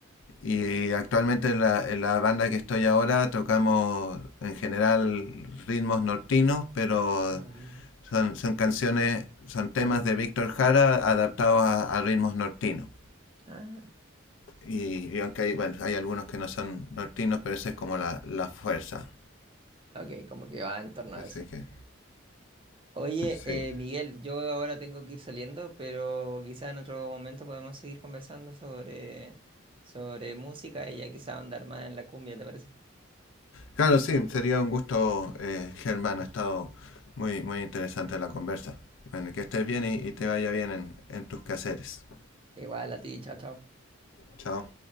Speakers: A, on the left; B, on the right.
A: Y actualmente en la, en la banda que estoy ahora tocamos en general ritmos nortinos, pero
B: Ah, ok.
A: son, son canciones, son temas de Víctor Jara adaptados a, a ritmos nortinos.
B: Ah,
A: Y, y aunque hay, bueno, hay algunos que no son nortinos, pero esa es como la, la fuerza.
B: ok, como que va en torno
A: Así
B: a eso.
A: que,
B: Oye,
A: sí.
B: eh, Miguel, yo ahora tengo que ir saliendo, pero quizá en otro momento podemos seguir conversando sobre, sobre música y ya quizá andar más en la cumbia, ¿te parece?
A: Claro, sí, sería un gusto, eh, Germán. Ha estado muy, muy interesante la conversa. Bueno, que estés bien y, y te vaya bien en, en tus quehaceres.
B: Igual a ti, chao, chao.
A: Chao.